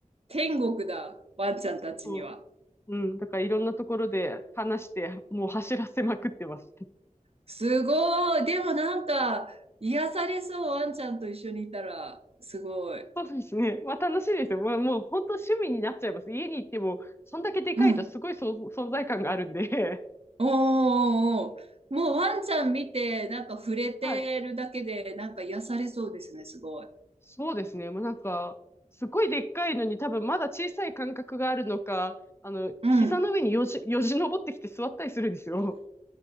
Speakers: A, on the right; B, on the left.
A: 天国だ、ワンちゃんたちには。
B: そう。うん。だからいろんなところで話して、もう走らせまくってます。
A: すごい。でもなんか、癒されそう、ワンちゃんと一緒にいたら、すごい。
B: そうですね。まあ楽しいですよ。もう、もう本当趣味になっちゃいます。家に行っても、そんだけでかいとすごい存存在感があるんで。
A: うん。おーおーおーもうワンちゃん見て、なんか触れてるだけで、
B: <laughs> はい。
A: なんか癒されそうですね、すごい。
B: そうですね。もうなんか、すごいでっかいのに多分まだ小さい感覚があるのか、あの、
A: うん。
B: 膝の上によじ、よじ登ってきて座ったりするんですよ。